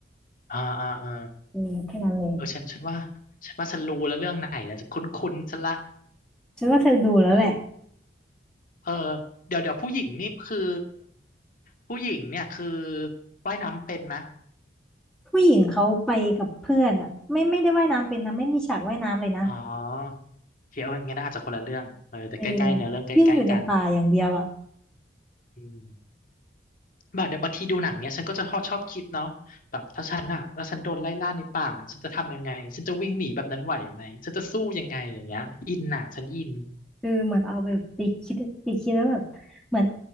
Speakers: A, on the left; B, in the centre.
A: อ่าอ่าอ่า
B: เออแค่นั้นเลย
A: เออฉันฉันว่าฉันว่าฉันรู้แล้วเรื่องไหนนะฉันคุ้นๆฉันละ
B: ฉันว่าเธอดูแล้วแหละ
A: เออเดี๋ยวเดี๋ยวผู้หญิงนี่คือผู้หญิงเนี่ยคือว่ายน้ำเป็นไหม
B: ผู้หญิงเขาไปกับเพื่อนอ่ะไม่ไม่ได้ว่ายน้ำเป็นนะไม่มีฉากว่ายน้ำเลยนะ
A: อ๋อโอเคเอองั้นอาจจะคนละเรื่องเออแต่ใกล้ๆเนื้อเรื่องใกล้ๆกัน
B: เออวิ่งอยู่ในป่าอย่างเดียวอ่ะ
A: อืม แบบเดี๋ยวบางทีดูหนังเนี่ยฉันก็จะชอบชอบคิดเนาะแบบถ้าฉันอะถ้าฉันโดนไล่ล่าในป่าฉันจะทำยังไงฉันจะวิ่งหนีแบบนั้นไหวไหมฉันจะสู้ยังไงอย่างเงี้ยอินอะฉันอิน
B: เออเหมือนเอาไปไปคิดไปคิดแล้วแบบเหมือน